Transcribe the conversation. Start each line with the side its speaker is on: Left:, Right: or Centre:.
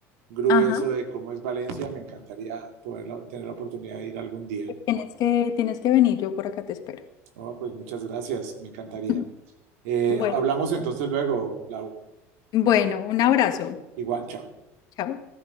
Right: grueso
Left: Ajá,
Right: de cómo es Valencia, me encantaría poder la- tener la oportunidad de ir algún día.
Left: tienes que, tienes que venir, yo por acá te espero.
Right: No, pues muchas gracias, me encantaría.
Left: <laughs>
Right: Eh,
Left: Bueno.
Right: hablamos entonces luego, Lau.
Left: Bueno, un abrazo.
Right: Igual, chao.
Left: Chao.